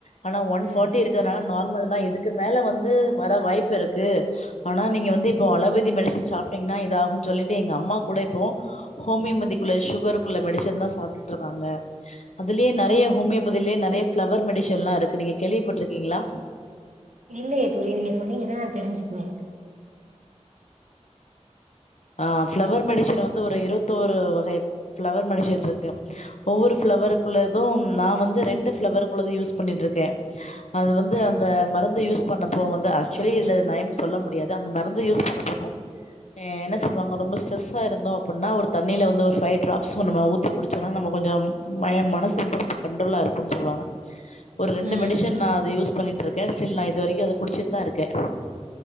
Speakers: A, on the left; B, on the right.
A: ஆனா ஒன்
B: ம்
A: ஃபாட்டி இருக் க்கனால நார்மல் தா இதுக்கு மேல வந்து வர வாய்ப் இருக்கு ஆனா நீங்க வந்து இப்போ அலோவதி மெடிசன் சாப்ட்டீங்கன்னா இதா ஆகுன்னு சொல்லிட்டு எங்க அம்மா கூட இப்போ ஹோமியோபதிக்குள்ள ஃசுகருக்குள்ளக் மெடிசன் தா சாப்ட்டுட்ருக்காங்க அதுலே நெறைய ஹாமியோபதிலே நெறைய ஃபிளவர் மெடிசன்ல்லா இருக்கு நீங்க கேள்விப்பட்டுருக்கீங்ளா
B: இல்லையே தோழி நீங்க சொன்னீங்கன்னா தெரிஞ்சுக்குவே
A: ஆ ஃபிளவர் மெடிசன் வந்து ஒரு இருபத்தோரு வகை ஃபிளவர் மெடிசன் இருக்கு ஒவ்வொரு ஃபிளவரு குள்ளதும் நா வந்து ரெண்டு ஃபிளவர் குள்ளது யூஸ் பண்ணிட்டுருக்கே அது வந்து
B: ம்
A: அந்த மருந்த யூஸ் பண்ணப்போ வந்து ஆக்ச்சலி இல்ல நயம் சொல்ல முடியாது அந்த மருந்து யூஸ் பண்ணோ <unintelligible> எ என்ன சொல்லுவங்க ரொம்ப ஸ்ட்ரஸ்ஸா இருந்தோ அப்டின்னா ஒரு தண்ணில வந்து ஒரு ஃபைவ் ட்ராப்ஸ் நம்ம ஊத்தி குடிச்சோனா நம்ம கொஞ்சம் மயம் மனசு வந்து ரொம்ப கண்ட்ரோலா இருக்குன்னு சொல்லுவாங்க ஒரு ரெண்டு
B: ம்
A: மெடிஷன்
B: ம்
A: நா அத யூஸ் பண்ணிட்டு இருக்கே ஸ்டில் நா இது வரைக்கு அத குடிச்சுட்டு தா இருக்கே